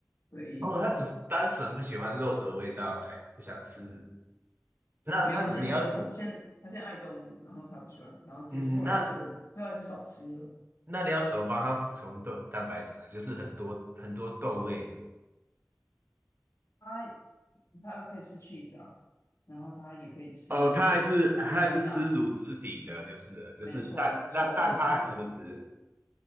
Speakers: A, on the left (about 80°); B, on the right (about 40°).
A: 所以
B: 哦，他只是单纯不喜欢肉的味道才不想吃。那他你要，
A: 没有他现在他现他现在爱动物，然后他不喜欢，然后接后来他就后来就少吃了，
B: 嗯，那那你要怎么帮他补充豆蛋白质呢？就是很多很多豆类
A: 他他可以吃 cheese 啊，然后他也可以吃牛奶，
B: 哦，他还是他还是吃乳制品的，就是了就是蛋，
A: 没错没错，
B: 那蛋他还吃不吃？
A: 他只是不。